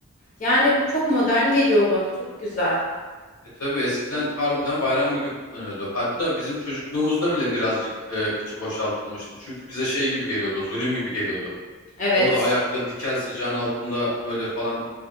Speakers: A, on the left; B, on the left.
A: Yani çok modern geliyor bana. Çok güzel.
B: E tabii eskiden harbiden bayram gibi kutlanıyordu. Hatta bizim çocukluğumuzda bile birazcık e, içi boşaltılmıştı. Çünkü bize şey gibi geliyordu, zulüm gibi geliyordu.
A: Evet.
B: Orada ayakta dikel sıcağın altında böyle falan